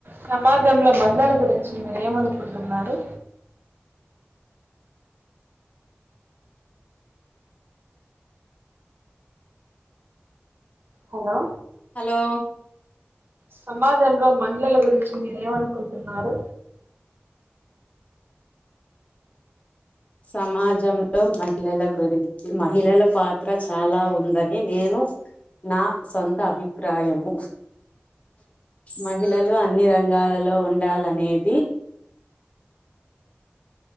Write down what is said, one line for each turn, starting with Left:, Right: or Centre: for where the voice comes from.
Right: సమాజంలో మహిళల గురిన్ మీరేమనుకుంటున్నారు హలో
Left: హలో
Right: సమాజంలో మహిళల గురించి మీరేమనుకుంటున్నారు
Left: సమాజంలో మహిళల గురించి మహిళల పాత్ర చాలా ఉందని నేను నా సొంత అభిప్రాయము మ మహిళలు అన్ని రంగాలలో ఉండాలనేది